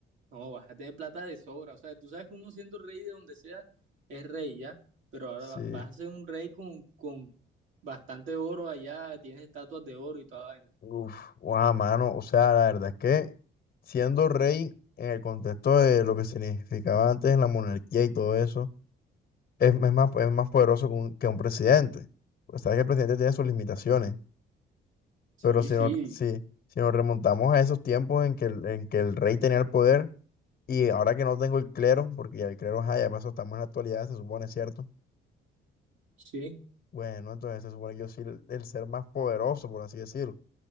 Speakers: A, on the right; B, on the left.
A: No, vas a tener plata de sobra. O sea, tú sabes que uno siendo rey de donde sea es rey ya, pero ahora
B: Sí.
A: va- vas a ser un rey con, con bastante oro allá, tienes estatuas de oro y toda vaina.
B: Uf, guau, mano. O sea, la verdad es que siendo rey en el contexto de lo que significaba antes en la monarquía y todo eso, es, es más, es más poderoso que un, que un presidente. Pues sabes que el presidente tiene sus limitaciones.
A: Sí,
B: Pero si
A: sí,
B: no, si, si nos remontamos a esos tiempos en que, el, en que el rey tenía el poder y ahora que no tengo el clero, porque ya el clero, ajá, ya pasó, estamos en la actualidad, se supone, ¿cierto?
A: sí,
B: Bueno, entonces se supone que yo soy el, el ser más poderoso, por así decirlo,